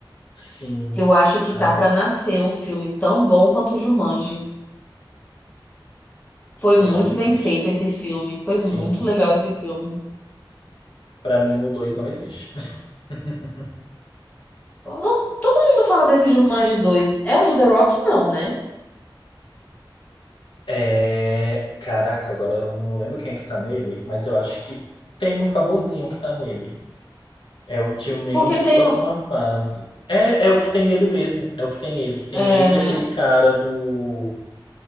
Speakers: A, on the left; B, on the left.
A: Sim.
B: Eu acho que
A: Ah,
B: tá pra nascer um filme tão bom quanto o Jumanji. Foi muito
A: realmente.
B: bem feito esse filme. Foi
A: Sim.
B: muito legal esse filme.
A: Pra mim, o 2 não existe. <laughs>
B: Oh, Todo mundo fala desse Jumanji dois É o do The Rock? Não, né?
A: É... Caraca, agora eu não lembro quem é que tá nele, mas eu acho que tem um famosinho que tá nele. É o Dilmende,
B: Porque tem
A: próxima
B: o,
A: fase. É, é o que tem ele mesmo. É o que tem ele. Que tem
B: é,
A: ele
B: né,
A: e aquele cara do...